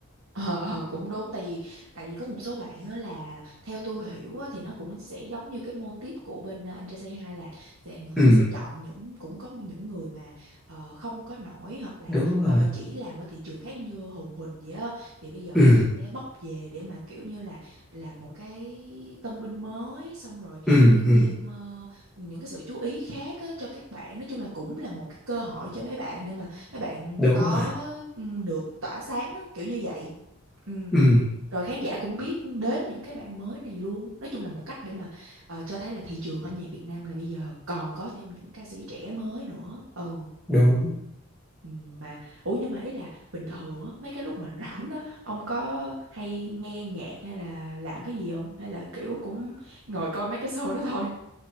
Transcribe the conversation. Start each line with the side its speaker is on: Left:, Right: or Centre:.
Right: Ờ, ờ, cũng đúng tại vì tại vì có một số bạn á là theo tôi hiểu á, thì nó cũng sẽ giống như cái mô típ của bên ờ, anh trai Say Hi là sẽ họ
Centre: ừ
Right: sẽ chọn những cũng có những người mà ờ, không có nổi hoặc là
Centre: đúng rồi
Right: ờ, chỉ làm ở thị trường khác giống như Hùng Huỳnh vậy á thì bây giờ họ
Centre: ừ
Right: sẽ bóc về để mà kiểu như là làm một cái tân binh mới xong rồi
Centre: ừ
Right: kéo
Centre: ừ
Right: thêm ờ, những cái sự chú ý khác á, cho các bạn nói chung là cũng là một cái cơ hội cho mấy bạn để mà mấy bạn
Centre: đúng
Right: có
Centre: rồi
Right: ừ, được tỏa sáng á, kiểu như vậy Ừ.
Centre: ừ
Right: Rồi khán giả cũng biết đến những cái bạn mới này luôn. Nói chung là một cách để mà ờ, cho thấy là thị trường âm nhạc Việt Nam là bây giờ còn có thêm những ca sĩ trẻ mới nữa. Ừ.
Centre: đúng
Right: Ừ, mà ủa nhưng mà ý là bình thường á mấy cái lúc mà rảnh á ông có hay nghe nhạc hay là làm cái gì không hay là kiểu cũng ngồi coi mấy cái show đó thôi